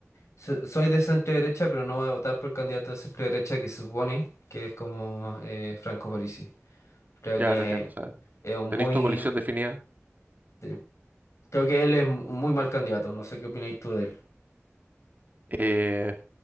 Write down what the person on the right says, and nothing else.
Ya
te entiendo. o sea,
Tenéis
tu coalición definida.
Eh,